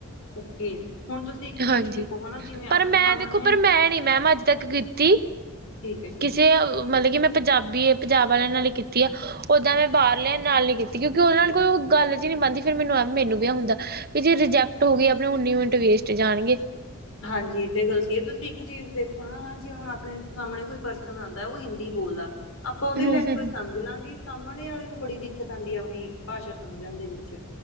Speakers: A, on the left (about 65°); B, on the right (about 45°).
A: ਓਕੇ ਹੁਣ ਤੁਸੀਂ ਇੱਕ ਚੀਜ਼
B: ਹਾਂਜੀ,
A: ਦੇਖੋ ਹਨਾ ਜਿਵੇਂ
B: ਪਰ
A: ਆਪਣੇ
B: ਮੈਂ
A: ਸਾਹਮਣੇ
B: ਦੇਖੋ ਪਰ ਮੈਂ ਨਹੀਂ ਮੈਮ ਅੱਜ ਤੱਕ ਕੀਤੀ
A: ਠੀਕ ਹੈ ਠੀਕ
B: ਕਿਸੇ, ਮਤਲਬ ਕਿ ਮੈਂ ਪੰਜਾਬੀ, ਪੰਜਾਬ ਵਾਲਿਆਂ ਨਾਲ ਕੀਤੀ ਆ ਉਦਾਂ ਮੈਂ ਬਾਹਰ ਲਿਆ ਨਾਲ ਨਹੀਂ ਕੀਤੀ, ਕਿਉਂਕਿ ਉਹਨਾਂ ਨੂੰ ਕੋਈ ਗੱਲ 'ਚ ਨਹੀਂ ਮੰਨਦੀ ਫਿਰ ਮੈਨੂੰ ਵੀ ਹੁੰਦਾ ਜੇ ਰਿਜੈਕਟ ਹੋ ਗਈ, ਆਪਣੀ ਉਨੀ ਮਿੰਟ ਵੇਸਟ ਜਾਣਗੇ
A: ਹਾਂਜੀ, ਤੇ ਇਹ ਗਲ ਸਹੀ, ਤੁਸੀਂ ਇੱਕ ਚੀਜ਼ ਦੇਖੋ, ਜੇ ਹੁਣ ਆਪਣੇ ਸਾਹਮਣੇ ਕੋਈ ਪਰਸਨ ਆਉਂਦਾ, ਉਹ ਹਿੰਦੀ ਬੋਲਦਾ ਆਪਾਂ ਉਹਦੀ
B: ਹੂੰ
A: ਲੈਗੁਏਜ
B: ਹੂੰ ਹੂੰ।
A: ਸਮਝ ਲਵਾਂਗੇ, ਸਾਹਮਣੇ ਵਾਲੇ ਨੂੰ ਬੜੀ ਦਿੱਕਤ ਆਉਂਦੀ ਹੈ ਆਪਣੀ ਭਾਸ਼ਾ ਸਮਝਣ ਦੇ ਵਿੱਚ